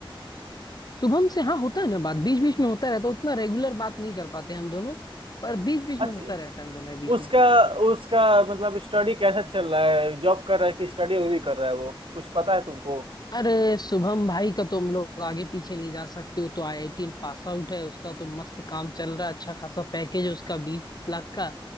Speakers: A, on the left; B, on the right.
A: शुभम से हाँ होता है ना बात बीच बीच में होता रहता है उतना रेगुलर बात नहीं कर पाते हम दोनों पर बीच बीच
B: अच्छा
A: में होता रहता है हम दोनों के बीच
B: उसका
A: में
B: उसका मतलब स्टडी कैसा चल रहा है जॉब कर रहा है कि स्टडी अभी भी कर रहा है वो कुछ पता है तुमको
A: अरे शुभम भाई का तुम लोग आगे पीछे नहीं जा सकते वो तो आईआईटी पास आउट है उसका तो मस्त काम चल रहा है अच्छा खासा पैकेज है उसका बीस लाख का